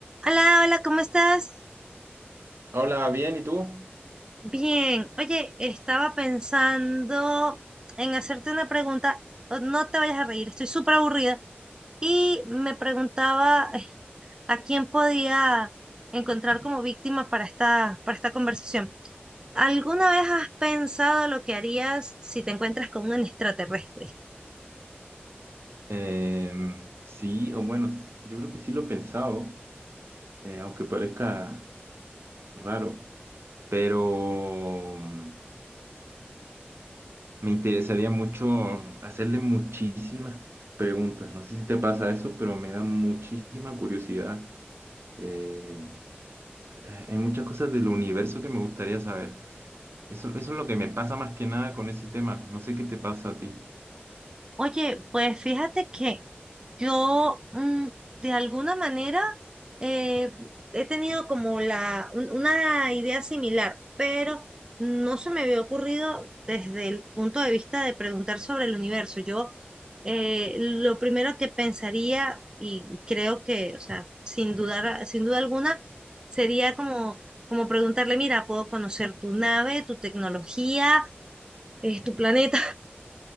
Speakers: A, on the right (about 20°); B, on the right (about 80°).
A: Hola, hola, ¿cómo estás?
B: Hola, bien, ¿y tú?
A: Bien. Oye, estaba pensando en hacerte una pregunta. o- No te vayas a reír, estoy súper aburrida. Y me preguntaba eh, a quién podía encontrar como víctima para esta, para esta conversación. ¿Alguna vez has pensado lo que harías si te encuentras con un extraterrestre?
B: Em, sí, o bueno, s- yo creo que sí lo he pensado, eh, aunque parezca raro, pero mm, me interesaría mucho hacerle muchísimas preguntas. No sé si te pasa eso, pero me da muchísima curiosidad. Eh, eh, hay muchas cosas del universo que me gustaría saber. Eso, eso es lo que me pasa más que nada con ese tema. No sé qué te pasa a ti.
A: Oye, pues fíjate que Yo, mm, de alguna manera, eh, he tenido como la, un- una idea similar, pero no se me había ocurrido desde el punto de vista de preguntar sobre el universo. Yo, eh, lo primero que pensaría, y creo que, o sea, sin dudar, sin duda alguna, sería como, como preguntarle, mira, puedo conocer tu nave, tu tecnología, eh, tu planeta.